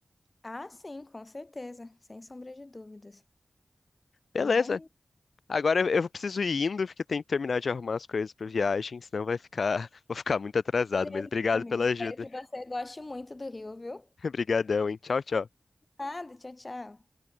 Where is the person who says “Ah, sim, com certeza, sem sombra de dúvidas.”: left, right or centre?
Left